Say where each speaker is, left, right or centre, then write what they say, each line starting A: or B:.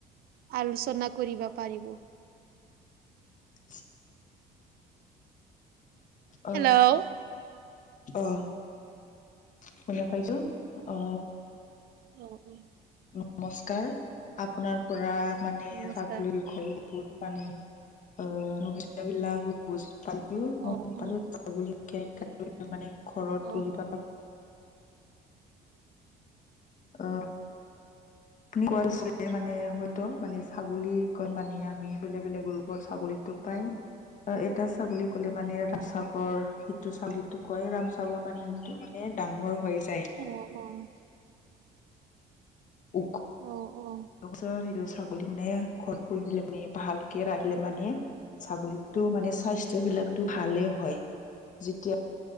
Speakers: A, on the right (about 65°); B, on the left (about 50°).
A: আলোচনা কৰিব পাৰিব
B: <unintelligible> অ
A: হেল্ল',
B: অ শুনা পাইছো অ
A: অ অ
B: নমস্কাৰ আপোনাৰ পৰা মানে
A: নমস্কাৰ।
B: ছাগলীৰ বিষয় পানী অ, নবুযা বিলাক বুজ। পালো
A: অ',
B: গম
A: অ',
B: পালো মানে ঘৰত
A: অ',
B: পুহিব। অ। আপুনি কোৱা মানে হয়তো মানে ছাগলী কয় মানে আমি বেলেগ, বেলেগ ৰূপৰ ছাগলী টোক। পাই অ, এটা ছাগলী কলে মানে। চাগৰ সিটো চাবিতটো কয় ৰামচাগৰ মানে সিটো মানে ডাঙৰ হৈ যায়।
A: অ, 'অ।
B: <inaudible> ছাগলী
A: অ', অ', অ', অ',
B: মানে ঘৰত পুহিলে মানে ভালকে ৰাখিলে মানে। ছাগলীততটো মানে স্বাস্তবিলাকটো ভালে হয় যেতিয়া।